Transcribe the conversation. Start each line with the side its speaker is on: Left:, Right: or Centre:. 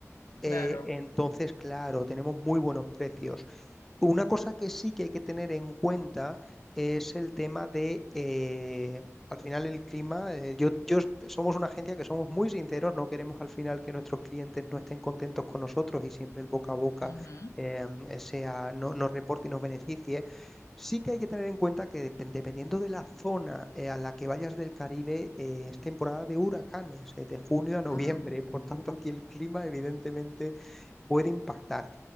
Left: claro.
Centre: Eh, entonces, claro, tenemos muy buenos precios. Una cosa que sí que hay que tener en cuenta es el tema de, eh, al final el clima, eh, yo, yo est- somos una agencia que somos muy sinceros, no queremos al final que nuestros clientes no estén contentos con nosotros y siempre el boca a boca
Left: Ujú.
Centre: em, eh, sea, no, nos reporte y nos beneficie. Sí que hay que tener en cuenta que depen- dependiendo de la zona eh, a la que vayas del Caribe, eh, es temporada de huracanes, eh, de junio a noviembre,
Left: Ah,
Centre: por tanto
Left: ok.
Centre: aquí el clima evidentemente puede impactar.